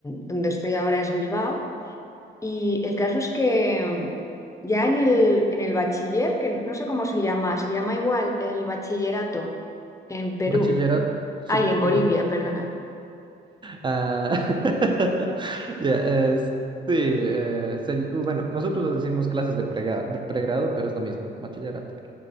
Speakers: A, on the left; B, on the right.
A: donde estoy ahora es Bilbao. Y el caso es que ya en el, en el bachiller, que no sé cómo se llama, se llama igual el bachillerato en Perú.
B: Bachillerato, sup-
A: Ay, en Bolivia,
B: no.
A: perdona.
B: Ah, <laughs> ya, eh, sí, eh, se- uh, bueno, nosotros lo decimos clases de prega- pregrado, pero es lo mismo, bachillerato.